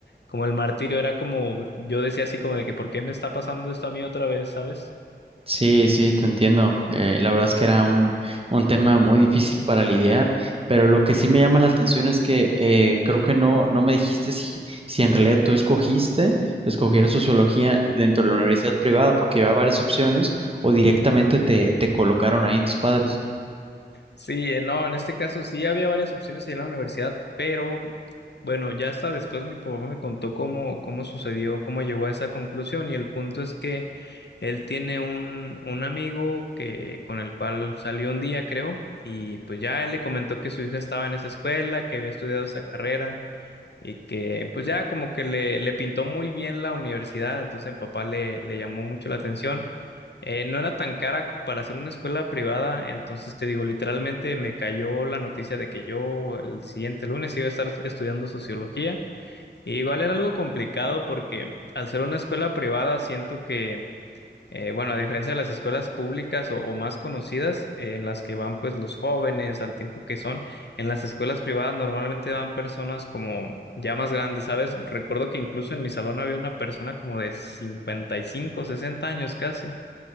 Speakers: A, on the left; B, on the right.
A: como el martirio, era como, yo decía así como de que, ¿por qué me está pasando esto a mí otra vez, sabes?
B: Sí, sí, te entiendo. Eh, la verdad es que era un, un tema muy difícil para lidiar, pero lo que sí me llama la atención es que eh, creo que no, no me dijiste si, si en realidad tú escogiste escoger sociología dentro de la universidad privada porque había varias opciones o directamente te, te colocaron ahí tus padres.
A: Sí, eh, no, en este caso sí había varias opciones ahí en la universidad, pero bueno, ya hasta después mi papá me contó cómo, cómo sucedió, cómo llegó a esa conclusión y el punto es que él tiene un, un amigo que, con el cual salió un día, creo, y pues ya él le comentó que su hija estaba en esa escuela, que había estudiado esa carrera y que pues ya como que le, le pintó muy bien la universidad, entonces mi papá le, le llamó mucho la atención. Eh, no era tan cara para hacer una escuela privada, entonces te digo, literalmente me cayó la noticia de que yo el siguiente lunes iba a estar estudiando sociología. Y igual era algo complicado porque al ser una escuela privada siento que eh, bueno, a diferencia de las escuelas públicas o, o más conocidas, eh, en las que van pues los jóvenes al tiempo que son, en las escuelas privadas normalmente van personas como ya más grandes, ¿sabes? Recuerdo que incluso en mi salón había una persona como de 55, 60 años casi.